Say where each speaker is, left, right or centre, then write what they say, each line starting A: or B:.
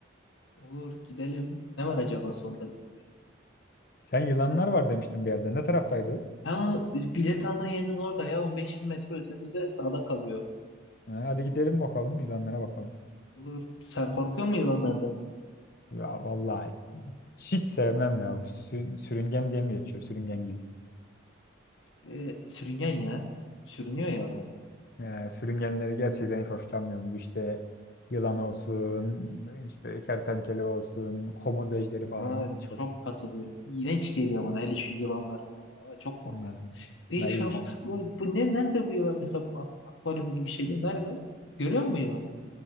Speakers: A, on the left; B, on the left.
A: Olur gidelim. Ne var acaba sonda bilmiyorum.
B: Sen yılanlar var demiştin bir yerde. Ne taraftaydı o?
A: Ha, bilet alma yerinin orada ya On beş 20 metre ötemizde sağda kalıyor.
B: Ha, hadi gidelim bakalım yılanlara bakalım.
A: Olur. Sen korkuyor musun yılanlardan?
B: Ya vallahi hiç sevmem ya bu sü- sürüngen diye mi geçiyor? Sürüngengil.
A: Ee, sürüngen ya. Sürünüyor ya o da.
B: Yani sürüngenleri gerçekten hiç hoşlanmıyorum. Bu işte yılan olsun, işte kertenkele olsun, komodo ejderi falan
A: Ha,
B: hiç
A: çok
B: hoş.
A: katılıyorum. İğrenç geliyor bana hele şu yılanlar bulanlar. var. Çok korkarım.
B: Yani,
A: E
B: ay
A: şuna
B: iş-
A: bak bu, bu ne nerede bu yılan mesela bu ak- akvaryum gibi şeyde nerede? Görüyor musun yılanı?